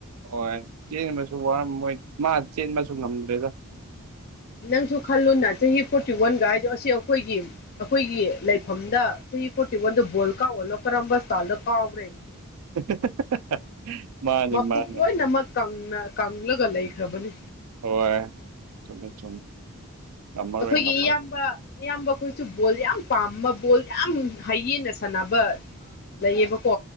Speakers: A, on the right; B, on the left.
A: ꯍꯣꯏ ꯆꯦꯟꯕꯁꯨ ꯋꯥꯔꯝꯃꯣꯏ ꯃꯥ ꯆꯦꯟꯕꯁꯨ ꯉꯝꯗ꯭ꯔꯦꯗ
B: ꯅꯪꯁꯨ ꯈꯜꯂꯨꯅ ꯆꯍꯤ ꯐꯣꯔꯇꯤ ꯋꯥꯟꯒ ꯍꯥꯏꯗꯣ ꯑꯁꯤ ꯑꯩꯈꯣꯏꯒꯤ ꯑꯩꯈꯣꯏꯒꯤ ꯂꯩꯐꯝꯗ ꯆꯍꯤ ꯄꯣꯇꯤꯃꯣꯟꯗ ꯕꯣꯜ ꯀꯥꯎꯍꯜꯂꯣ ꯀꯔꯝꯕ ꯏꯁꯇꯥꯏꯜꯗ ꯀꯥꯎꯈ꯭ꯔꯦ ꯌꯦꯡꯉꫭ
A: <unintelligible>
B: ꯃꯄꯨꯛ
A: ꯃꯥꯅꯤ
B: ꯂꯣꯏꯅꯃꯛ ꯀꯪꯅ ꯀꯪꯂꯒ ꯂꯩꯈ꯭ꯔꯕꯅꯤ
A: ꯍꫭꯏ ꯆꯨꯝꯃꯤ ꯆꯨꯝꯃꯤ ꯉꯝꯃꯔꯣꯏ
B: ꯑꯩꯈꯣꯏꯒꯤ
A: ꯉꯝꯃꯔꯣꯏ
B: ꯏꯌꯥꯝꯕ ꯑꯌꯥꯝꯕ ꯑꯩꯈꯣꯏꯁꯨ ꯕꯣꯜ ꯌꯥꯝ ꯄꯥꯝꯕ ꯕꯣꯜ ꯌꯥꯝ ꯍꯌꯦꯟꯅ ꯁꯥꯟꯅꯕ ꯂꯩꯌꯦꯕꯀꯣ